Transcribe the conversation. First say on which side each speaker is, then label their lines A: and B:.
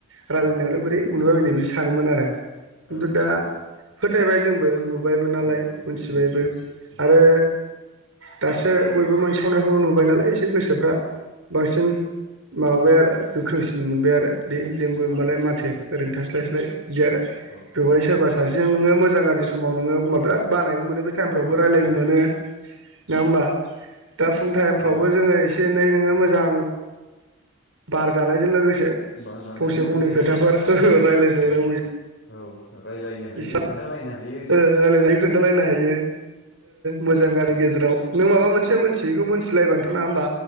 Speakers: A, on the right; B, on the left.
A: रायजलायनायावलाय
B: उम
A: बोरै मोनुबा बायनो बिदि सानोमोन आरो खिन्थु
B: औ
A: दा फोथायबाय जोंबो नुबायबो नालाय
B: उम
A: मोनथिबायबो
B: उम उम
A: आरो दासो बयबो मोनसावनायखौ नुबाय नालाय एसे गोसोफ्रा बांसिन माबाबाय आरो गोख्रोंसिन। मोनबाय आरो दे जोंबो होनबालाय
B: औ
A: माथो ओरैनो थास्लायस्लाय बिदि आरो
B: औ
A: बेवहाय
B: औ
A: सोरबा सासेजों नोङो मोजां गाज्रि समाव नोङोखमबा बिराद बानायबो मोनो बे टाइमफ्रावबो
B: उम
A: रायज्लायनो मोनो नङा होमबा दा फुं टाइमफ्रावबो
B: औ
A: जोङो एसे एसे एनै नोङो मोजां बार जानायजों लोगोसे
B: बार जानायजों
A: फंसे
B: लोगोसे
A: फंनै खोथाफोर रायज्लायनाय
B: औ
A: रावै
B: औ रायलायनो हायो
A: हसाब
B: खोन्थालायनो हायो
A: रायज्लायनो हायो खोन्थालायनो हायो। मोजां आरो
B: उम
A: गेजेराव नों माबा मोनसे से मोनथियैखौ
B: औ
A: मिथिलायबानोथ' ना होमबा